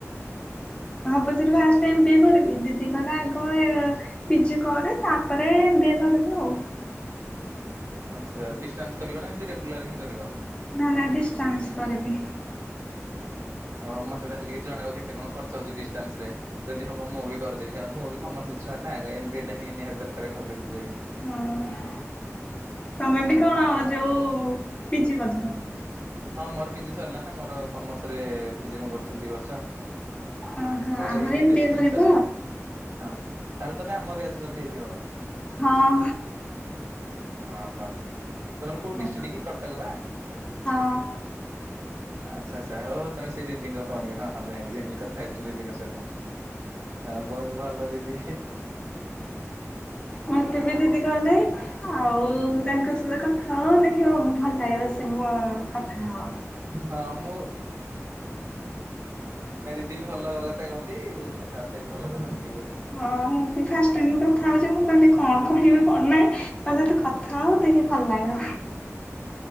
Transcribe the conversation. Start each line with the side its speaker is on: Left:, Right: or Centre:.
Left: ଭାବୁଥିଲୁ ଫାଷ୍ଟଟା ଏମବିଏ କରିବି ଦିଦି କହିଲା ଆଗ ଏ ପିଜି କରେ ତାପରେ ଏମବିଏ କରିବୁ ଆଉ।
Right: ଆଛା ଡିଷ୍ଟାନ୍ସ କରିବ ନା ଏମିତି ରେଗୁଲାର ହିଁ କରିବ?
Left: ନା ନା ଡିଷ୍ଟାନ୍ସ କରିବି।
Right: ଓହୋ ମତେ ତାହେଲେ ଟିକେ ଜଣେଇବ କେତେ କଣ ଖର୍ଚ୍ଚ ହଉଛି ଡିଷ୍ଟାନ୍ସରେ। ଯଦି ହବ ମୁଁ ବି କରିଦେବି କାରଣ ମୁଁ ବି କମର୍ସ ଛୁଆ ନା ଆଗ ଏମ୍ ବିଏ ଟା ହିଁ ନିହାତି ଦରକାର କରିଦେଇ ଥି
Left: ହଁ ତମେ ବି କଣ ଯୋଉ ପିଜି ବଧେ।
Right: ହଁ ମୋର ପିଜି ସରିଲା ନା ମୋର କମର୍ସ ରେ ପିଜି ମୁଁ କରୁଥିଲି ଦି ବର୍ଷ।
Left: ଓହୋ
Right: ମୋର
Left: ଆମର
Right: ଏଇ ଡିବେରି
Left: ଏମ ବି
Right: ରିସେଣ୍ଟ
Left: ଏ କରିବ
Right: ସରିଲା। ହଁ ତାହେଲେ ତମେ ଆମ ବ୍ୟାଚ ବୋଧେ ହେଇଥିବ?
Left: ହଁ।
Right: ଓହୋ ତମର କୋଉ
Left: ହଁ
Right: ଡିଷ୍ଟିକି କଟକ ବା?
Left: ହଁ।
Right: ଆଚ୍ଛା ଆଚ୍ଛା ହୋଉ ତମେ ସେଇ ଦିଦିଙ୍କ ଭଣୀ ହଁ ହଁ ଜାଣିଲି ଜାଣିଲି କଥା ହେଇଥିଲଲି ଦିଦିଙ୍କ ସହିତ। ହଁ ବହୁତ ଭଲ ଦିଦି।
Left: ମତେ ବି ଦିଦି କହିଲେ ଆଉ ତାଙ୍କ ସହିତ କଥା ହୁଅ ଦେଖିବ ଭଲ ଲାଗିବ ସେ ମୋ କଥା ହୁଅ।
Right: ହଁ ମୁଁ ନାଇ ଦିଦି ବି ଭଲ କଥା କତା କୁହନ୍ତି କଥାବାର୍ତ୍ତା ବି ଭଲ କରନ୍ତି ଆଉ।
Left: ହଁ ମୁଁ ଫାଷ୍ଟ ଟାଇମ୍ କର କଥା ହୋଉଛି ମୁଁ କହିଲି କଣ କହିବି କଣ ନାହିଁ କହିଲେ ତତେ କଥା ହୋ ଦେଖେ ଭଲ ଲାଗିବ।